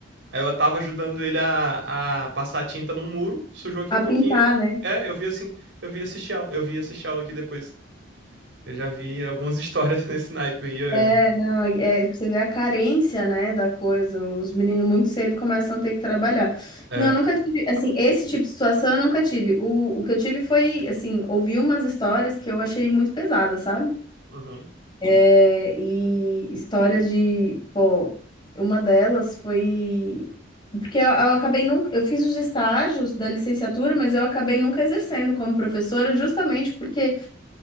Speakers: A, on the right; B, on the left.
A: Aí eu tava ajudando ele a, a passar a tinta num muro, sujou aqui
B: A
A: um pouquinho.
B: pintar, né?
A: É, eu vi assim, eu vi assistir aula, eu vi assistir aula aqui depois. Eu já vi algumas histórias <laughs> nesse naipe aí. É.
B: É, não, é, você vê a carência, né, da coisa. Os meninos muito cedo começam a ter que trabalhar.
A: é.
B: Não, eu nunca tive, assim, esse tipo de situação eu nunca tive. O, o que eu tive foi, assim, ouvi umas histórias que eu achei muito pesadas, sabe?
A: Uhum.
B: É, e histórias de, pô, uma delas foi porque eu, eu acabei nunca, eu fiz os estágios da licenciatura, mas eu acabei nunca exercendo como professora, justamente porque